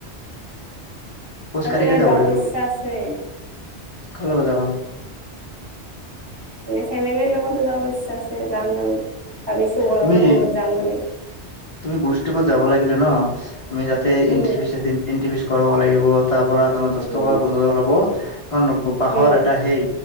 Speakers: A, on the left (about 50°); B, on the right (about 25°).
A: খোজ
B: তাতে
A: কাঢ়ি কাঢ়ি
B: যাব
A: লাগিব
B: ইচ্ছা আছে।
A: কাৰ লগত যাবা?
B: এ ফেমিলিৰ লগতো যাব ইচ্ছা আছে যাম আৰু ভাবিছো গৰমৰ
A: তুমি
B: বন্ধত যাম বুলি।
A: তুমি গ্ৰুষ্টকত যাব লাগিলে ন তুমি যাতে এণ্ট্ৰি
B: উম
A: ফিচ আছে। এণ্টি ফিচ কৰাব লাগিব তাৰপৰা ত দহ
B: উম
A: টকা পোন্ধৰ টকা ল'ব কাৰণ বাঁহৰ
B: উম
A: এটা সেই